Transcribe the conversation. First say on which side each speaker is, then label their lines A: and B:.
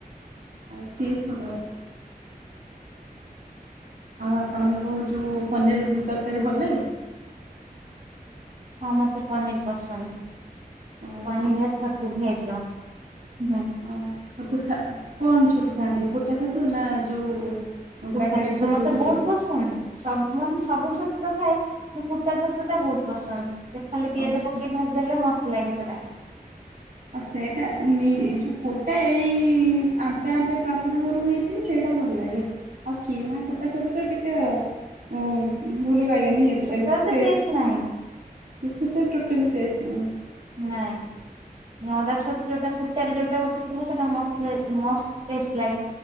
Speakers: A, on the right; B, on the right.
A: ଆଉ ଏତିକି ଫରକ। ଆଉ ଆପଣଙ୍କୁ ଯୋଉ ପନିର ଉଁ ତରକାରୀ ଭଲ ଲାଗେନି?
B: ହଁ ମତେ ପନିର ପସନ୍ଦ
A: ଓହୋ
B: ପନିର ଆଉ ଛତୁ ଭେଜର। ହୁଁ।
A: ଅ ଛତୁ ଖା କଣ ଛତୁ ଖାଆନ୍ତି କୁଟା ଛତୁ ନା ଯୋଉ
B: କୁଟା
A: ପ୍ୟାକେଟ
B: ଛତୁ ମତେ ବୋହୁତ
A: ଯୋଉ
B: ପସନ୍ଦ। ସବୁ ମାନେ ସବୁ ଛତୁ ତ ଖାଏ ମୁଁ କୁଟା ଛତୁଟା ବୋହୁତ ପସନ୍ଦ ସେଇ ଖାଲି ପିଆଜ
A: ଓହୋ।
B: ପକେଇ ଭାଜଦେଲେ ମସ୍ତ ଲାଗେ ସେଟା।
A: ଆଉ ସେଇଟା ନି ଏଇ ଯୋଉ କୋଟା ଏଇ ଆମ୍ପେ ଆମ୍ପେ ପ୍ରାକୃତି ଗରୁ ହେଇଚି ସେ ଭଲ ଲାଗେ ଆଉ କିଣା ପଟାସ ତ ଟିକେ ଅ ଭଲ ଲାଗେନି ଏତେଟା
B: ସେଟାରେ
A: ବି
B: ତ ଟେଷ୍ଟ ନାହିଁ
A: ସେଟା <unintelligible>
B: ନାଇଁ। ନଡ଼ା ଛତୁ ଯୋଉଟା କୁଟା ରେ ଯୋଉଟା ଉଠିଥିବ ସେଟା ମସ୍ତ୍ ଲାଗେ ମସ୍ତ ଟେଷ୍ଟ ଲାଗେ।